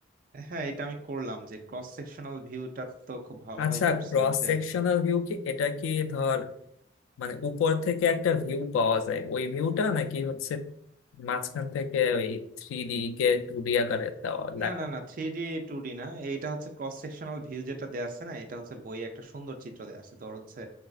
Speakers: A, on the right; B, on the left.
A: হ্যাঁ এটা আমি করলাম যে ক্রস সেকশনাল ভিউটা তো খুব ভালোভাবে
B: আচ্ছা
A: পড়ছিলাম
B: ক্রস
A: যে
B: সেকশনাল ভিউ কি এটা কি ধর মানে উপর থেকে একটা ভিউ পাওয়া যায় ওই ভিউটা নাকি হচ্ছে মাঝখান থেকে ওই থ্রি ডি কে টু ডি আকারে দেওয়া লেখা
A: না না না থ্রি ডি টু ডি না এইটা হচ্ছে ক্রস সেকশনাল ভিউ যেটা দেয়া আছে না এটা হচ্ছে বইয়ে একটা সুন্দর চিত্র দেয়া আছে তোর হচ্ছে